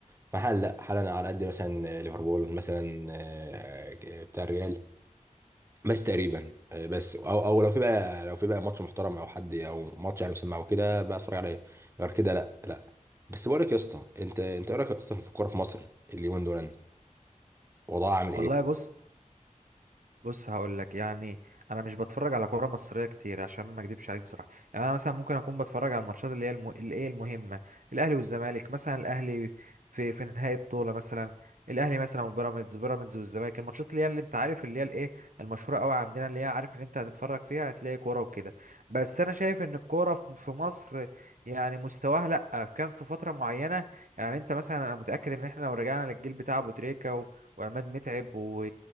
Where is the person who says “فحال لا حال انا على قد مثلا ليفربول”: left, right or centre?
Right